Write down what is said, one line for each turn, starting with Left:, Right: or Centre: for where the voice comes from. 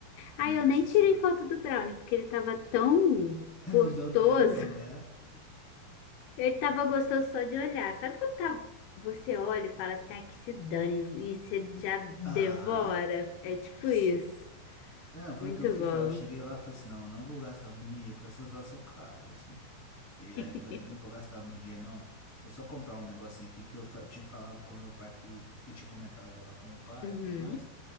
Centre: Nossa
Left: Ah, eu nem tirei
Centre: senhora.
Left: foto do brownie porque ele tava tão
Centre: <laughs> Não
Left: gostoso.
Centre: deu tempo, né?
Left: Ele tava gostoso só de olhar. Sabe quando tá- você olha e fala assim, ah, que se dane, e você já devora?
Centre: Aham,
Left: É tipo
Centre: sim.
Left: isso.
Centre: É,
Left: Muito
Centre: foi o que eu fiz
Left: bom.
Centre: lá. Eu cheguei lá e falei assim, não, eu não vou gastar muito dinheiro, porque essas lá são caras, assim. E aí
Left: <laughs>
Centre: eu falei assim, eu não vou gastar muito dinheiro, não. Vou só comprar um negocinho aqui, porque eu fa- tinha falado com meu pai que... Eu tinha comentado de ir lá com meu pai
Left: Uhum.
Centre: e tudo mais.